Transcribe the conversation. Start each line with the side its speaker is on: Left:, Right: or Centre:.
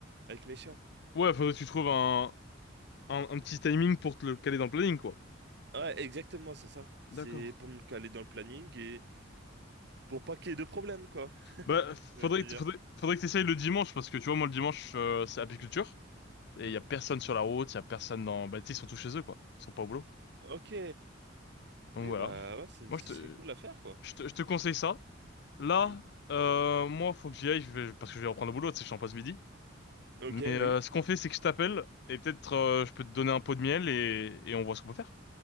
Right: avec mes chiens.
Left: Ouais, faudrait que tu trouves un, un, un petit timing pour te le caler dans le planning, quoi.
Right: Ouais, exactement, c'est ça.
Left: D'accord.
Right: C'est pour me caler dans le planning et pour pas qu'il y ait de problème, quoi. <laughs>
Left: Bah, faudrait
Right: Je vais te dire.
Left: que, faudrait, faudrait que t'essayes le dimanche, parce que tu vois, moi, le dimanche, euh, c'est apiculture. Et
Right: Hmm.
Left: il y a personne sur la route, il y a personne dans... Bah, tu sais, ils sont tous chez eux, quoi. Ils sont pas au boulot.
Right: Ok.
Left: Donc
Right: Oui,
Left: voilà.
Right: bah ouais, c'est-
Left: Moi,
Right: ce
Left: je te,
Right: serait cool à faire, quoi.
Left: je te, je te conseille ça. Là,
Right: Hmm.
Left: euh, moi, faut que j'y aille je vais- parce que je vais reprendre le boulot, tu sais, je suis en pause midi.
Right: Ok,
Left: Mais
Right: oui.
Left: euh, ce qu'on fait, c'est que je t'appelle et peut-être euh, je peux te donner un pot de miel et, et on voit ce qu'on peut faire.